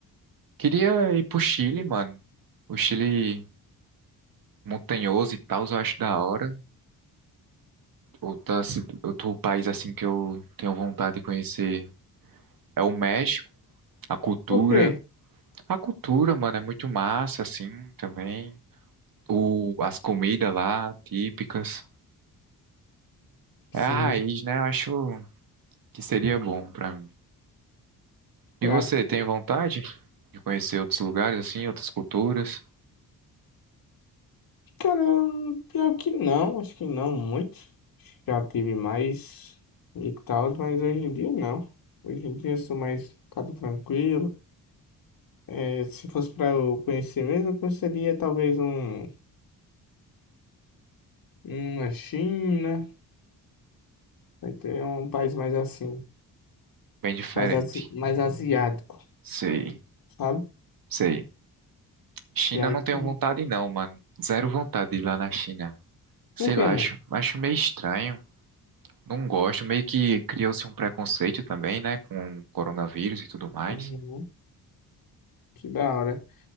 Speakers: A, on the right (about 60°); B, on the left (about 60°).
A: queria ir pro Chile, mano. O Chile montanhoso e tal, eu acho da hora. Outra, ci- outro país assim que eu tenho vontade de conhecer é o México. A cultura.
B: Por quê?
A: A cultura, mano, é muito massa, assim, também. O, as comidas lá, típicas.
B: Sim,
A: É a raiz, né? Eu acho que seria bom pra mim. E
B: pra
A: você, tem vontade de conhecer outros lugares, assim, outras culturas?
B: Cara, pior que não, acho que não muito. Já tive mais e tal, mas hoje em dia não. Hoje em dia eu sou mais cara tranquilo. É, se fosse pra eu conhecer mesmo, eu conheceria talvez um, uma China, vai ter um país mais assim,
A: Bem diferente.
B: mais, asi- mais asiático,
A: Sei,
B: sabe?
A: sei. China
B: E aí,
A: não tenho
B: tu-
A: vontade não, mano. Zero vontade de ir lá na China. Sei
B: por
A: lá,
B: quê, mano?
A: acho, acho meio estranho. Não gosto. Meio que criou-se um preconceito também, né? Com o coronavírus e tudo mais.
B: Uhum, que da hora.